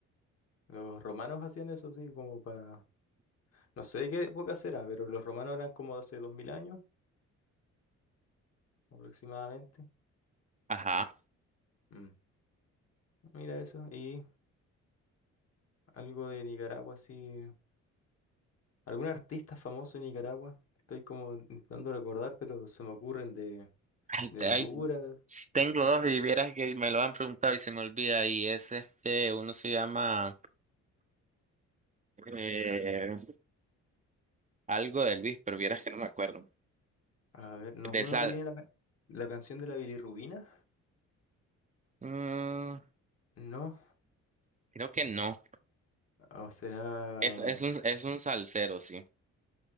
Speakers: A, on the left; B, on the right.
A: los romanos hacían eso, sí, como para... No sé de qué época será, pero los romanos eran como hace 2000 años aproximadamente.
B: Ajá.
A: Mm. Mira eso. Y algo de Nicaragua, sí. ¿Algún artista famoso de Nicaragua? Estoy como intentando recordar, pero se me ocurren de,
B: Ay, te-
A: de Honduras.
B: ay, sí, tengo dos y vieras que me lo han preguntado y se me olvida y es este, uno se llama eh, algo de Luis, pero vieras que no me acuerdo.
A: A ver, ¿no es
B: De
A: uno
B: sal.
A: que tiene la, ca- la canción de la bilirrubina?
B: Mm,
A: No.
B: creo que no.
A: O será.
B: Es, es un, es un salsero, sí,